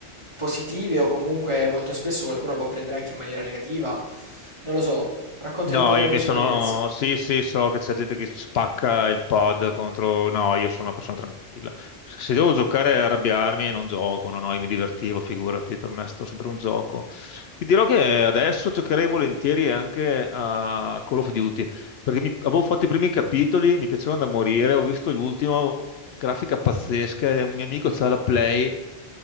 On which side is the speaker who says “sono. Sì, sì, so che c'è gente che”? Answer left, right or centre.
Left